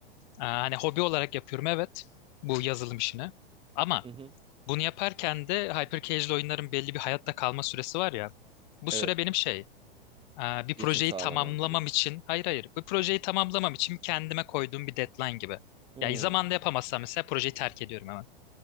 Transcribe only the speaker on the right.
Hı hı.
Evet.
Geçim sağlama
gibi.
Hı.